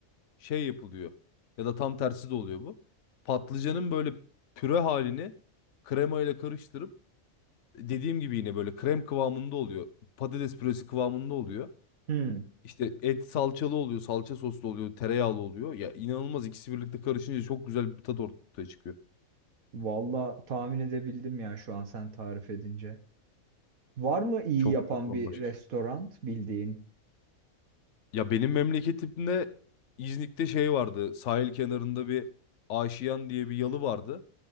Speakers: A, on the left; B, on the right.
A: şey yapılıyor. Ya da tam tersi de oluyor bu. Patlıcanın böyle püre halini kremayla karıştırıp dediğim gibi yine böyle krem kıvamında oluyor. Patates püresi kıvamında oluyor.
B: Hmm.
A: İşte et salçalı oluyor, salça soslu oluyor, tereyağlı oluyor. Ya inanılmaz ikisi birlikte karışınca çok güzel bir tat ortaya çıkıyor.
B: Valla tahmin edebildim ya şu an sen tarif edince. Var mı iyi
A: Çok
B: yapan
A: çok bambaşka
B: bir restoran
A: şey.
B: bildiğin?
A: Ya benim memleketimde İznik'te şey vardı. Sahil kenarında bir Aşiyan diye bir yalı vardı.